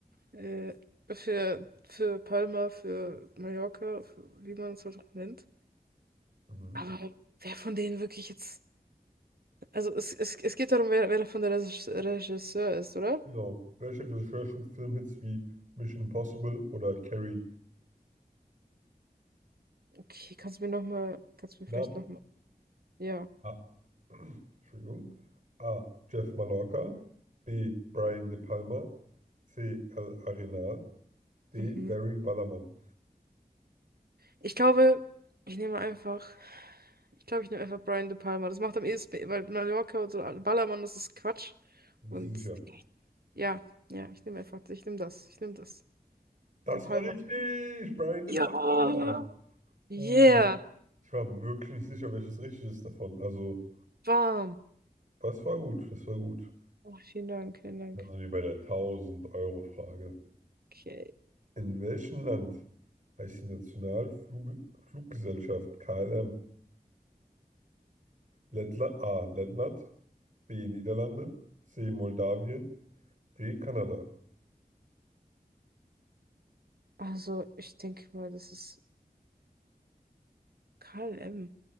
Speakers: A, on the right (about 85°); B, on the right (about 55°).
A: Äh, für, für Palma, für Mallorca, für, wie man es halt auch nennt.
B: Mhm.
A: Aber wer von denen wirklich jetzt. Also es, es, es geht darum, wer, wer davon der Regis- Regisseur ist, oder?
B: Genau. Welcher Regisseur schuf Filmhits wie Mission Impossible oder Carrie?
A: Okay, kannst du mir nochmal, kannst du mir
B: Namen?
A: vielleicht nochmal. Ja.
B: A. Entschuldigung. A. Jeff Mallorca. B. Brian De Palma. C. Al Arenal. D.
A: Mhm.
B: Barry Ballermann.
A: Ich glaube, ich nehme einfach. Ich glaube, ich nehme einfach Brian De Palma. Das macht am ehesten, weil Mallorca und so Ballermann, das ist Quatsch.
B: Du bist
A: Und
B: dir sicher.
A: ja, ja, ich nehme einfach, ich nehme das, ich nehme das.
B: Das
A: De Palma.
B: war richtig! Brian De
A: Ja.
B: Palma!
A: Yeah,
B: Uh, ich war mir wirklich nicht sicher, welches richtig ist davon. Also.
A: warm.
B: Das war gut, das war gut.
A: Oh, vielen Dank, vielen Dank.
B: Dann sind wir bei der tausend euro frage
A: Okay.
B: In welchem Land heißt die Nationalfluggesellschaft KLM? Lettland, A. Lettland, B. Niederlande, C. Moldawien, D. Kanada.
A: Also, ich denke mal, das ist KLM.